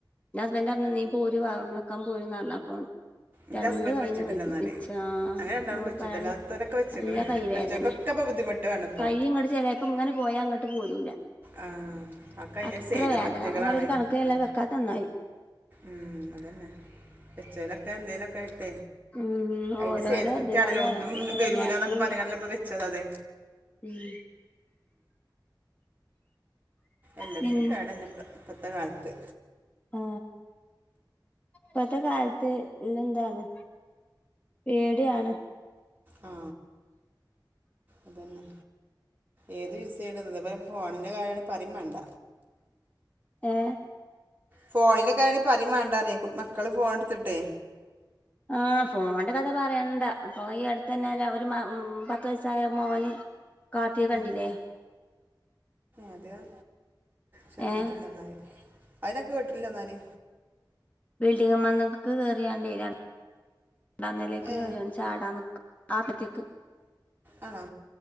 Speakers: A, on the left; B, on the right.
A: എന്റെ ഹസ്ബൻന്റ് പറഞ്ഞ നീ പോര് വ വെക്കാൻ പോരന്ന് പറഞ്ഞ അപ്പൊ
B: എൻ്റെ
A: രണ്ട്
B: ഹസ്ബൻഡ്
A: കൈും
B: വെച്ചിട്ടില്ല എന്നാല്
A: വിച്ചു ആ
B: അങ്ങനെ രണ്ടാളും
A: ഇങ്ങോട്ട്
B: വെച്ചിട്ടില്ല
A: പറയായാണെങ്ക
B: അതൊക്കെ വെച്ചേക്കണ്
A: നല്ല കൈ
B: വെച്ചവർക്കൊക്കെ
A: വേദന
B: ഇപ്പൊ ബുദ്ധിമുട്ടാണ് ഇപ്പോ
A: കഴിയും ഇങ്ങട്ട് ചിലപ്പ ഇങ്ങനെ പോയാ അങ്ങോട്ട് പോരൂല.
B: ആ ഒക്കെ അതിൻ്റെ
A: അത്ര
B: സൈഡ്
A: വേദന
B: എഫക്റ്റുകളാണ്
A: ഞാൻ പറയ ഒരു കണക്ക
B: ആ,
A: എല്ലാവരും വെക്കാത്ത നന്നായി.
B: ഉം അതന്നെ പച്ചലൊക്കെ എന്തേലും കേട്ട
A: ഉം
B: അല്
A: ഓരോരോ
B: സൈഡ് എഫക്റ്റ്
A: ഇത്
B: ആണല്ലോ
A: അയിന്
B: ഒന്നും
A: ഓരോ
B: വരൂലന്നൊക്കെ
A: റിയാക്ഷൻ ഉണ്ട്
B: പറയണല്ല. വെച്ച അതെ
A: ഉം
B: എല്ലാത്തിനും
A: പിൻ
B: പേടന്നെ പത്തെ കാലത്ത്
A: ആ പത കത്തെ എ എന്താണ് പേടെയാണ്
B: ആ അതന്നെ ഏത് യൂസ് ചെയ്യണ്ട ഇ ഫോണിന്റെ കാര്യമാണ് പറയും വേണ്ട
A: ഏ
B: ഫോണിന്റെ കാര്യണ പരി വേണ്ടാറ മക്കള് ഫോണ എടുത്തിട്ടേ
A: ആ ഫോണിന്റെ കഥ പറയണ്ട അപ്പൊ ഈ അടുത്ത് തന്നെ ഒരു ഉം പത്ത് വയസായ മോന് കാട്ടിയെ കണ്ടില്ലേ
B: ആ അത് ഞാൻ ശ്രദ്ധിച്ചിട്ടില്ല
A: ഏ
B: എന്നാല് അയ്നാകേട്ടില്ലന്നാല്
A: ബിൽഡിംഗ് ന്ന്മ്മക്ക് ക്കെറിയാണ്ടിര ണ്ടാന്നിലെക്ക്
B: ഏ
A: കറിവന്ന് ചാടാന്ന് നിക്ക ആപ്പത്തേക്ക്
B: ആണോ